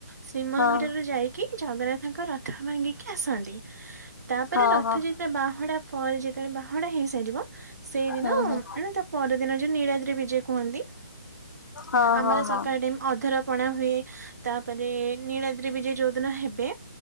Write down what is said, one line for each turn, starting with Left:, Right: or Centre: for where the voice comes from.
Right: ଶ୍ରୀମନ୍ଦିରରେ
Left: ହଁ
Right: ଯାଇକି ଜଗନ୍ନାଥ ତାଙ୍କ ରଥ ଭାଙ୍ଗିକି ଆସନ୍ତି ତାପରେ
Left: ହଁ
Right: ରଥ
Left: ହଁ
Right: ଯେତେବେଳେ ବାହଡା ପରେ ଯେତେବେଳେ ବା ଘଡା ହେଇସାରିବ ସେଇଦିନ
Left: ହୁଁ ହୁଁ
Right: ମ ତା ପରଦିନ ଯୋଉ ନୀଳାଦ୍ରି ବିଜେ କୁହନ୍ତି
Left: ହଁ
Right: ଆମର
Left: ହଁ
Right: ସକାଳେ
Left: ହଁ
Right: ଟାଇମ ଅଧର ପଣା ହୁଏ ତାପରେ ନୀଳଦ୍ରି ବିଜେ ଯୋଉଦିନ ହେବେ